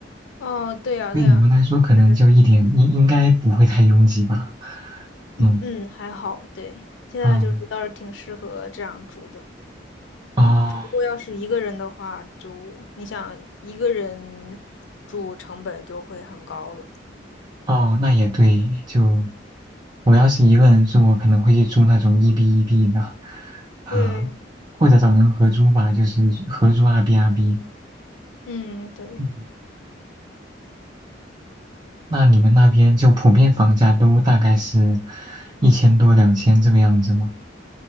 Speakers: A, on the left; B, on the right.
A: 哦，对呀，
B: 对你们来说可能就一点应应该不会太拥挤吧。
A: 对呀，是，
B: 嗯
A: 嗯，还好，对，现在就是倒是挺适合这样住的。
B: 嗯哦
A: 如果要是一个人的话，就你想一个人住成本就会很高了。
B: 哦，那也对，就我要是一个人住，我可能会去住那种一 B 一 B 的，啊、
A: 对，
B: 或者找人合租吧，就是合租二 B 二 B。
A: 嗯，对。
B: 嗯那你们那边就普遍房价都大概是一千多、两千这个样子吗？